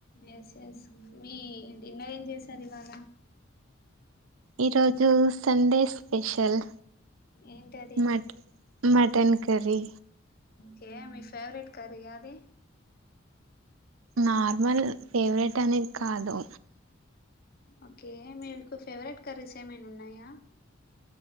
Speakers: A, on the left; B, on the right.
A: ఎస్ మీ డిన్నర్ ఏం చేసారు ఇవాళ
B: ఈ రోజు సండే స్పెషల్
A: ఏంటది
B: మట్ మటన్ కరీ
A: కే మీ ఫేవరెట్ కర్రీ ఆ అది
B: నార్మల్ ఫేవరెట్ అనేది కాదు
A: ఓకే మీకు ఫేవరెట్ కర్రీస్ ఏమైనా ఉన్నాయా